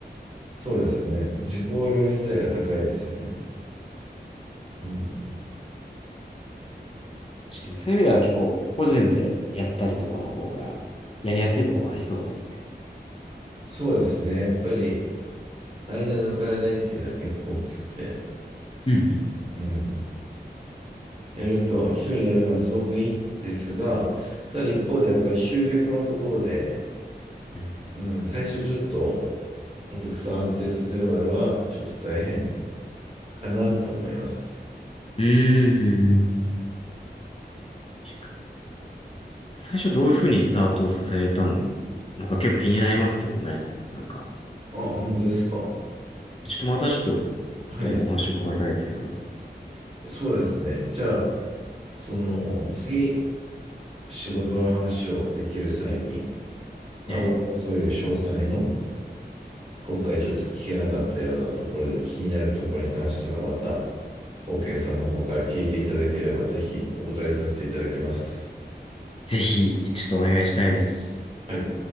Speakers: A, on the right; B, on the left.
A: そうですね。受講料自体が高いですよね。うん。
B: 確かにそういう意味では結構個人でやったりとかの方がやりやすいところありそうですね。
A: そうですね。やっぱり、間抜かれないっていうのは結構大きくて。
B: うん、
A: うん。やると、一人やるのはすごくいいですが、ただ一方でやっぱり集客のところで、
B: うん、
A: うん、最初ちょっとお客さん安定させるまではちょっと大変かなと思います。
B: うん。うんうんうんうん確かに最初どういうふうにスタートをさせたのか結構気になりますけどね。なんか、
A: あ、本当ですか。
B: ちょっとまたちょっと
A: はい。
B: ね、お話を伺いたいですけども。
A: そうですね。じゃあ、その次、仕事の話をできる際に、まあ僕はそういう詳細の、
B: ね、
A: 今回ちょっと聞けなかったようなところで気になるところに関しては、また OK さんの方から聞いていただければ、ぜひお答えさせていただきます。
B: ぜひ、ちょっとお願いしたいです。
A: はい。